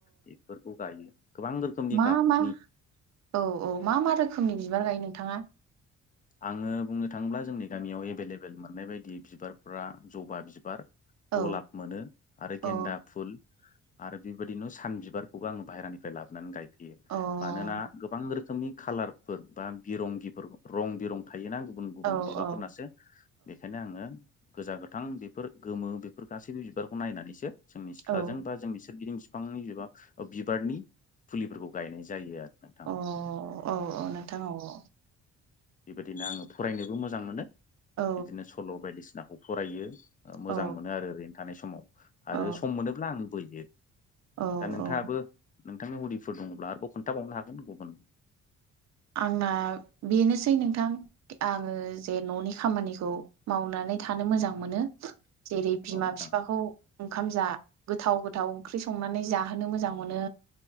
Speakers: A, on the left; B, on the right.
A: बेफोरखौ गायो। गोबां रोखोमनि
B: मा
A: गाबनि
B: मा औ औ मा मा रोखोमनि बिबार गायो नोंथाङा? <inaudible>
A: आङो बुंनो थाङोब्ला जोंनि गामियाव एभेलेबेल मोननाय बायदि बिबारफ्रा जबा बिबार
B: औ
A: गलाब मोनो आरो
B: अ
A: गेन्दा फुल आरो बेबायदिनो सान बिबारखौबो आङो बाहेरानिफ्राय लाबोनानै गायफैयो
B: अ औ
A: मानोना गोबां रो खोमनि खालारफोर बा बिरंगिफोर रं बिरं थायोना गुबुन गुबुन
B: औ
A: बिबारफोरनासो
B: औ
A: बेखायनो आङो गोजा गोथां बेफोर गोमो बेफोर गासैबो बिबारखौ नायनानैसो जोंनि सिख्थाजों
B: औ
A: बा जोंनि सोरगिदिं बिफांनि बिबा बिबारनि फुलिफोरखौ गायनाय जायो आरो नोंथां
B: औ औ औ नोंथां औ
A: बेबायदिनो आङो फरायनोबो मोजां मोनो
B: औ
A: बिदिनो सल' बायदिसिना खौ फरायो
B: औ
A: मोजां मोनो आरो ओरैनो थानाय समाव
B: औ
A: आरो सम मोनोब्ला आं बोयो
B: औ
A: दा नोंथाङाबो
B: औ
A: नोंथांनि हबिफोर दङब्ला आरोबाव खोन्थाबावनो हागोन गुबुन
B: आंना बेनोसै नोंथां आङो जे न'नि खामानिखौ मावना नै थानो मोजां मोनो। जेरै बिमा
A: औ नोंथां
B: फिफाखौ ओंखाम जा गोथाव गोथाव ओंख्रि संनानै जा होनो मोजां मोनो